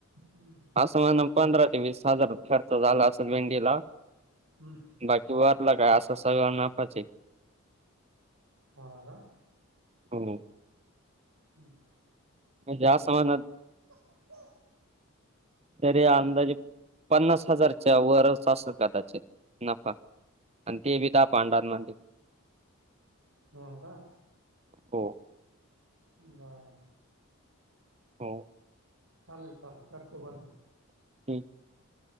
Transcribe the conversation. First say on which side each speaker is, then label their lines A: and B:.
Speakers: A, on the right; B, on the right.
A: हम्म.
B: असं म्हण पंधरा ते वीस हजार खर्च झाला असल भेंडीला
A: हं.
B: बाकी वाटला काय असं सगळं ना पाचे
A: हो का?
B: हो.
A: हमं.
B: जास् समाज.
A: हो.
B: तरर अंदाजे पन्नास हजारच्या वरच असेल कदाचित नफा आणि ते बी पांडवां मंदिर
A: हो का
B: हो
A: बर
B: हो
A: चाल चालेल करतो बन.
B: <unintelligible>